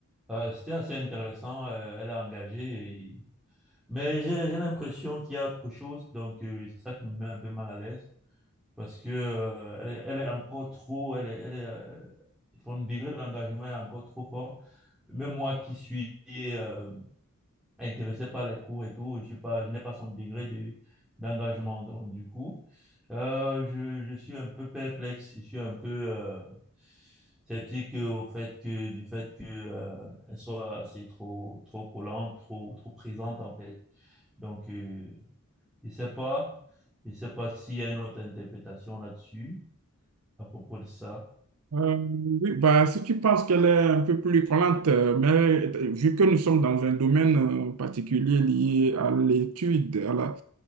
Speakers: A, in the centre; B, on the right.
A: Euh, c'était assez intéressant. euh, elle a engagé. et- Mais j'ai, j'ai l'impression qu'il y a autre chose. Donc, euh, c'est ça qui me met un peu mal à l'aise. Parce que, euh, elle est, elle est encore trop. Elle est, elle est, euh, son degré d'engagement est encore trop fort. Même moi qui suis euh, intéressé par les cours et tout. Je suis pas, je n'ai pas son degré de, d'engagement. Donc, du coup, euh, je, je suis un peu perplexe. Je suis un peu euh, sceptique au fait que, du fait que, euh, elle soit assez trop, trop collante, trop, trop présente, en fait. Donc, euh, je sais pas. Je sais pas s'il y a une autre interprétation là-dessus à propos de ça.
B: Euh, oui, bah, si tu penses qu'elle est un peu plus collante, euh, mais euh, vu que nous sommes dans un domaine euh, particulier lié à l'étude, à la-